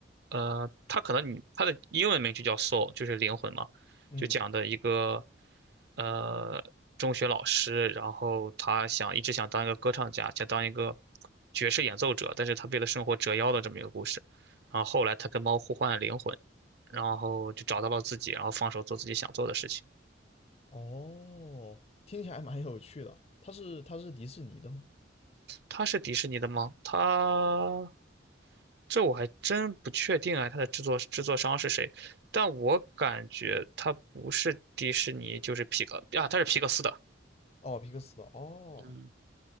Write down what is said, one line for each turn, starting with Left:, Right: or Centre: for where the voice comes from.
Right: 呃，它可能你它的英文名就叫 Soul，就是灵魂嘛，
Left: 嗯，
Right: 就讲的一个呃中学老师，然后他想一直想当一个歌唱家，想当一个爵士演奏者，但是他为了生活折腰的这么一个故事，然后后来他跟猫互换了灵魂，然后就找到了自己，然后放手做自己想做的事情。
Left: 哦，听起来蛮有趣的。它是它是迪士尼的吗？
Right: 它是迪士尼的吗？它这我还真不确定啊，它的制作制作商是谁？但我感觉它不是迪士尼，就是皮克啊，它是皮克斯的。
Left: 哦，皮克斯的。哦，
Right: 嗯，